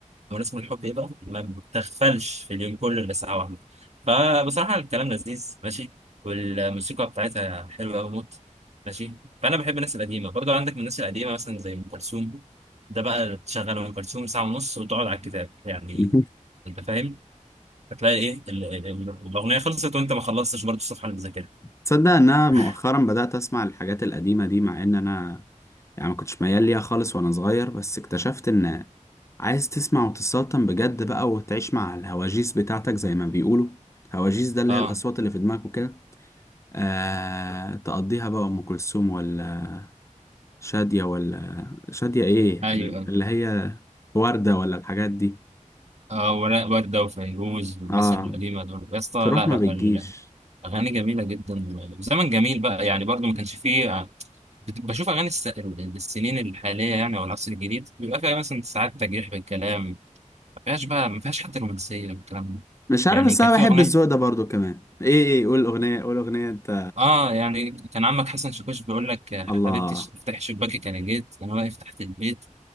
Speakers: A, on the right; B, on the left.
A: ونسم الحب ايه بقى ما بتغفلش في اليوم كله الا ساعه واحده فبصراحه الكلام لذيذ ماشي والموسيقى بتاعتها حلوه قوي موت ماشي فانا بحب الناس القديمه برضو عندك من الناس القديمه مثلا زي ام كلثوم ده بقى تشغل ام كلثوم ساعه ونص وتقعد على الكتاب يعني
B: <laughs>
A: انت فاهم هتلاقي ايه ال- ال- ال- الاغنيه خلصت وانت ما خلصتش برضو الصفحه اللي بتذاكرها
B: تصدق إن أنا
A: <laughs>
B: مؤخرا بدأت أسمع الحاجات القديمة دي مع إن أنا يعني ما كنتش ميال ليها خالص وأنا صغير بس اكتشفت إن عايز تسمع وتسلطن بجد بقى وتعيش مع الهواجيس بتاعتك زي ما بيقولوا هواجيس ده اللي
A: اه
B: هي الأصوات اللي في دماغك وكده آه تقضيها بقى أم كلثوم ولا شادية ولا شادية إيه
A: ايوه
B: اللي هي وردة ولا الحاجات دي
A: اه وراء وردة وفيروز والناس
B: اه
A: القديمة دول يا اسطى
B: تروح
A: لا
B: ما
A: لا
B: بتجيش
A: اغاني جميله جدا وزمن جميل بقى يعني برضو ما كانش فيه آه، بت- بشوف اغاني الس... السنين الحاليه يعني او العصر الجديد بيبقى فيها مثلا ساعات تجريح بالكلام ما فيهاش بقى ما فيهاش حتى رومانسيه والكلام ده
B: مش عارف
A: يعني
B: بس
A: كان
B: انا
A: في
B: بحب
A: اغنيه
B: الذوق ده برضو كمان ايه ايه قول اغنية قول اغنية انت
A: اه يعني كان عمك حسن شاكوش بيقول لك آه،
B: الله
A: حبيبتي ش- افتحي شباكك انا جيت انا واقف تحت البيت